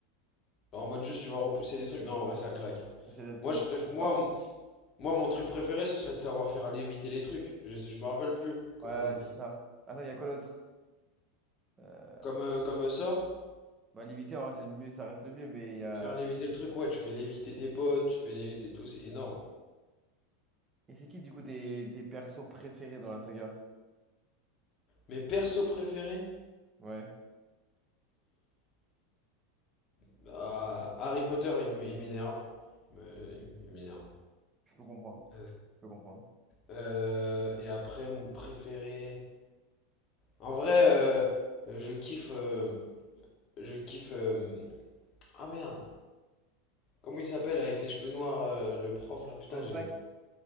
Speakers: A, on the left; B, on the right.
A: genre en mode juste, tu vas repousser des trucs. Non, en vrai, ça claque. hein.
B: Ah, C'est le plus
A: Moi, je préf... moi,
B: fort. hein.
A: m- moi, mon truc préféré, ce serait de savoir faire léviter les trucs. Je, je me rappelle plus. Comment
B: Ouais, ouais,
A: on-
B: c'est ça. Attends, il y a quoi d'autre? Euh,
A: Comme, euh, comme euh, sort,
B: bah, Limité, en vrai, c'est le mieux, ça reste le mieux, mais il y a...
A: faire léviter le truc, ouais, tu fais léviter tes potes, tu fais léviter tout, c'est énorme.
B: Et c'est qui, du coup, tes, tes persos préférés dans la saga?
A: Mes persos préférés,
B: Ouais,
A: bah, Harry Potter, il me- il m'énerve. Il me- il m'énerve.
B: je peux comprendre.
A: Euh,
B: Je peux comprendre.
A: Euh, et après, mon préféré. En vrai, euh, je kiffe. euh, je kiffe. euh, Ah merde! Comment il s'appelle avec les cheveux noirs, euh, le prof là? Putain,
B: Just
A: j'ai.
B: Black.